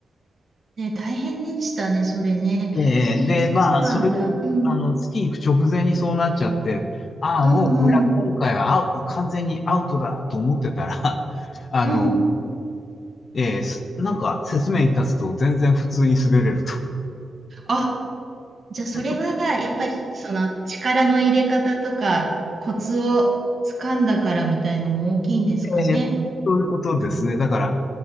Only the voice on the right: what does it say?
ね、大変でしたね、それね。
えーそうなんだ。
うん、
うん、
うん、
うん。
あ、じゃあそれは、
やっぱり、その、力の入れ方とか、コツを掴んだからみたいのも大きいんですかね。